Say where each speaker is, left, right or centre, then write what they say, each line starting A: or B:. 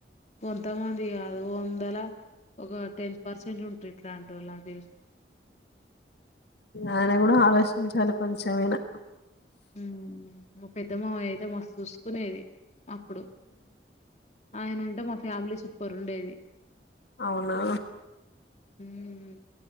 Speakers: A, on the left (about 40°); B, on the left (about 70°).
A: కొంతమంది కాదు వందల ఒక టెన్ పర్సెంట్ ఉంటుర్రు ఇట్లాంటోళ్ళు నాకు తెలిసి
B: ఆయన కూడా ఆలోచించాలి కొంచం ఐనా
A: ఉమ్ మా పెద్ద మామయ్య అయితే మస్తు చూసుకునేది అప్పుడు ఆయన ఉంటే మా ఫ్యామిలీ చు పొరుండేవి
B: అవునా
A: ఉమ్మ్